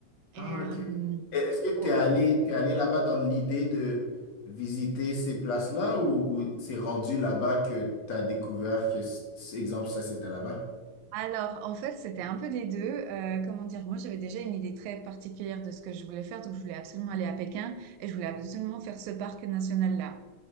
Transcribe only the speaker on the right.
Et
euh,
oh,
Alors, en fait, c'était un peu des deux. Euh, comment dire, moi, j'avais déjà une idée très particulière de ce que je voulais faire, donc je voulais absolument aller à Pékin et je voulais absolument faire ce parc national-là.